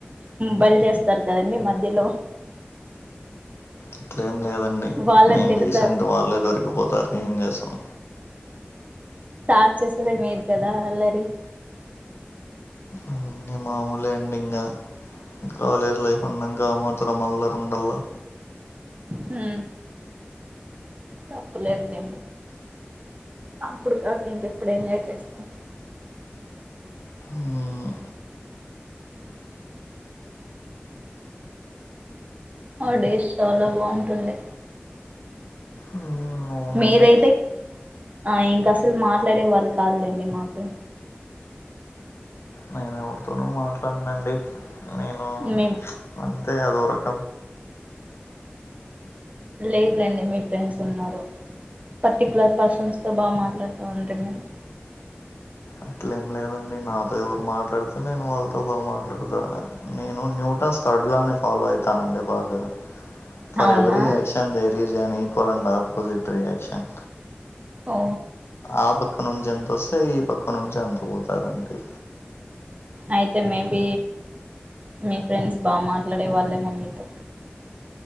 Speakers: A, on the right; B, on the left.
A: బలు చేస్తారు కదండీ మధ్యలో
B: అట్లే ఏం లేదండి
A: వాళ్ళని
B: నేను
A: తిడతారు
B: రీసెంట్ వాళ్ళే దొరికిపోతారు ఏం చేసాం
A: స్టార్ట్ చేసదే మీరు కదా అల్లరి
B: అవన్నీ మామూలే అండి ఇంగా కాలేజ్ లైఫ్ ఉన్నాంక మాత్రం మల్ల ఉండల్లా
A: హు తప్పులేదు లే అప్పుడు కాక ఇంకెప్పుడు ఎంజాయ్ చేస్తాం
B: మ్మ్
A: హోలీ డేస్ చాలా బాగుంటుండే
B: మ్మ్ అవునండి
A: మీదైతే ఆ ఇంకా అసలు మాట్లాడే వాళ్ళు కాదులేండి మాకు
B: న న ఉతో మాట్లాడునండి నేను
A: మేము
B: అంతే అదోరకం
A: లేదులేండి మీ ఫ్రెండ్స్ ఉన్నారు పర్టికులర్ పర్సన్స్ తో బాగా మాట్లాడుతూ ఉండ మీరు
B: అట్లే నాతో ఎవరు మాట్లాడితే నేను వాళ్ళతో బ మాట్లాడతా నేను న్యూటన్ స్టడ్ ఫా అతానే బాగా ఫేవ
A: అవునా
B: రియాక్షన్జన్ ఈక్వల్ ఆపోజట్ రయాక్షన్
A: ఓ
B: ఆ పక్క నుంచి ఎంతొస్తే ఈ పక్క నుంచి అంత పోతుదడి
A: అయితే మే బ మీ ఫ్రెండ్స్ బాగా మాట్లాడే వాళ్ళేమో మీతో